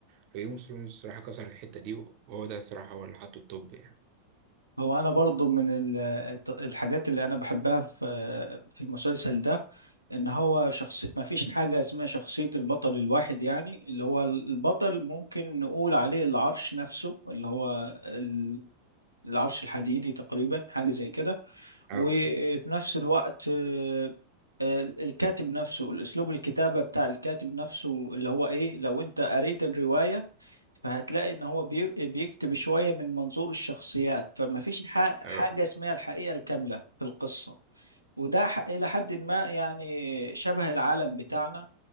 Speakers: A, on the right; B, on the right.
A: فجيم اوف ثرونز الصراحة كسر الحتة دي وهو ده الصراحة هو اللي حطه التوب يعني
B: هو انا برضو من ال- الت- الحاجات اللي انا بحبها في في المسلسل ده ان هو شخص ما فيش حاجة اسمها شخصية البطل الواحد يعني اللي هو البطل ممكن نقول عليه العرش نفسه اللي هو ال- العرش الحديدي تقريبا حاجة زي كده
A: اه
B: وفي نفس الوقت آه، آه، الكاتب نفسه الأسلوب الكتابة بتاع الكاتب نفسه اللي هو إيه لو أنت قريت الرواية فهتلاقي إن هو بي- بيكتب شوية من منظور الشخصيات فما فيش ح-
A: اه
B: حاجة اسمها الحقيقة الكاملة في القصة وده ح- إلى حد ما يعني شبه العالم بتاعنا